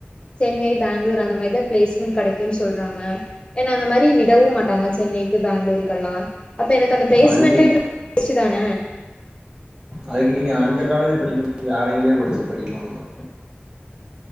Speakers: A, on the left; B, on the right.
A: சென்னை பெங்களூர் அந்த மேரி தான் பிளேஸ்மெண்ட் கடைக்குன்னு சொல்றாங்க என்ன அந்த மாரி விடவும் மாட்டாங்க சென்னைக்கு பெங்களூருக்கல்லாம் அப்போ எனக்கு அந்த ப்ளேஸ்மெண்ட்டுன்றது
B: அதுக்கு
A: வேஸ்ட்டு தான
B: அதுக்கு நீங்க அந்த காலேஜ் படிக்க வேற எங்கயோ படிச்சு படிக்கலாம்ல